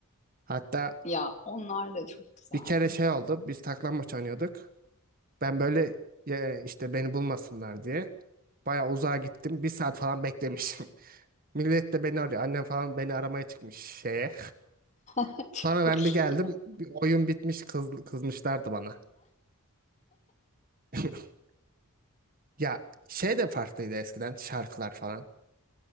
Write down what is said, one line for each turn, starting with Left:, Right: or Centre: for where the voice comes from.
Right: Hatta
Left: ya onlar da çok güzeldi.
Right: bir kere şey oldu. Biz saklambaç oynuyorduk. Ben böyle e, işte beni bulmasınlar diye bayağı uzağa gittim. Bir saat falan beklemişim. <laughs> Millet de beni arıyor. Annem falan beni aramaya çıkmış şeye.
Left: <laughs>
Right: Sonra ben
Left: Çok
Right: bir geldim.
Left: iyi.
Right: Bir oyun bitmiş kız, kızmışlardı bana. <laughs> Ya şey de farklıydı eskiden şarkılar falan.